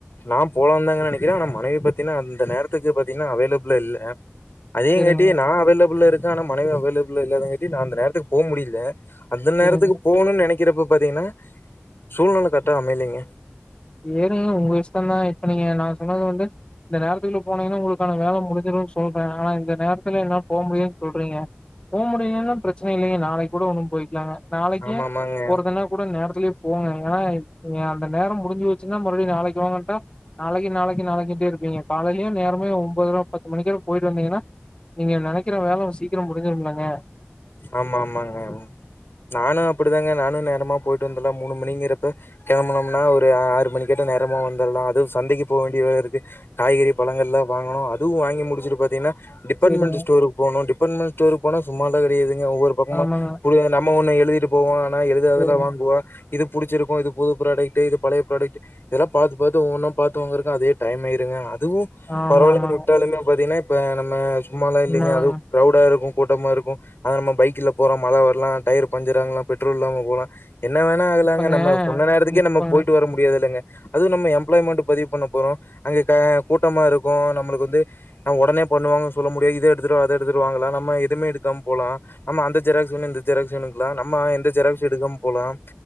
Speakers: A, on the left; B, on the left.
A: நா போலான்னுதாங்க நெனைக்கிறே ஆனா மனைவி பத்தீங்னா அந்த நேரத்துக்கு பாத்தீங்னா அவைலபிள்லா இல்ல அதேங்காட்டி
B: சேரிங்க
A: நா அவைலபிள்லா இருக் க்க ஆனா மனைவி அவைலபிள் இல்லாதங்காட்டி நா அந்த நேரத்துக் போ முடில அந்த நேரத்துக்கு
B: சேரிங்க
A: போணுன்னு நெனைக் ருக்கிறப்ப பாத்தீங்கன்னா சூழ்நிலை கரட்டா அமையலங்க
B: ஏறீங்க உங்க இஷ்டந்தான் இப்ப நீங்க நான் சொன்னது வந்து இந்த நேரத்துக்குள்ள போனீங்கன்னா உங்களுக்கான வேல முடிஞ்சிடும்ன்னு சொல்றே ஆனா இந்த நேரத்துல என்னால போக முடியலன்னு சொல்றீங்க போக முடியலன்னும் பிரச்சனை இல்லங்க நாளைக்கு கூட ஒன்னும் போயிக்கலாங்க நாளைக்கி
A: ஆமாமாங்க.
B: ஒரு தன்னா கூட நேரத்துலேயே போங்க ஏன்னா அந்த நேரம் முடிஞ்சு வச்சுன்னா மறுபடி நாளைக்கு வாங்கட்டா நாளைக்கு நாளைக்கு நாளைக்குிட்டே இருப்பீங்க காலையய நேமே ஒபதுூப பத்து மணிக்கக்குரட போயிட்டு வந்தீங்கன்னா நீங்க நினைக்கற வேலை சீக்கிரம் முரிஞ்சிரும்லங்க
A: ஆமா ஆமாங்க நானும் அப்படிதாங்க நானும் நேரமா போயிட்டு வந்தடலாம் மூணு மணிங்கிறப்ப கிளம்பனோம்னா ஒரு ஆறு மணி கட்ட நேரமாக வந்துடலாம் அதுவும் சந்தைக்கு போக வேண்டிய இருக்கு காய்கறி பழங்கள்லாம் வாங்கணும் அதுவும் வாங்கி முடிச்சுட்டு பார்த்தீங்கன்னா டிபார்ட்மெண்ட்
B: சேரிங்க
A: ஸ்டோருக்கு போனும் டிபார்ட்மெண்ட் ஸ்டோர் போன சும்மா க்கறியது ஒவ்வொரு பக்கமா
B: ஆமாங்க
A: நம்ம ஒண்ணு எழுட்டு போவ எழுததுலாம்
B: சேரிங்க
A: வாங்குவா இது புிடிச்சிருக்கும் இது பு்ராடக்ட் இது பழைய ப்ராடக்ட் இதெல்லாம் பாரத்து பார்த்த ஒன்னும் ப்த்தத்துவங்க இருக்கும் அதே டைம்யிருடுங்க
B: ஆமா
A: பரவால்லனா
B: ஆமாங்க
A: விட்டாலுமே பாத்தீங்கன்னா நம்ம சும்மாலாம் இல்லைங்க
B: உண்மதாங்க
A: அதுவும் கிரவுடா இருக்கும் கூட்டமா இருக்கும் அன நம்ம பைக்ல போறோம் மழை வரலாம் டயர் பஞ்சர் ஆகலாம் பெட்ரோல் இல்லாம போலாம் என்ன வேணா ஆகலாங்க
B: இப்பங்க
A: நம்ம சொன்ன நேரத்துக்கே
B: இப்பங்க
A: நம்ம போயிட்டு வர முடியாது இல்லங்க அதுவும் நம்ம எம்ப்ளாய்மெண்ட் பதிவு பண்ண போறோம் அங்க கூட்டமா இருக்கும் நம்மளுக்கு வந்து உடனே பண்ணுவாங்கன்னு சொல்ல முடியாது இது எடுத்துட்டு வா அது எடுத்துட்டு வாங்கலாம் நம்ம எதுவுமே எடுத்துட்டு போலாம் அந்த ஜெராக்ஸ் வேணும் இந்த ஜெராக்ஸ் வேணுங்களா ஆனா நம்ம இந்த ஜெராக்ஸ் எடுக்காம போலாம்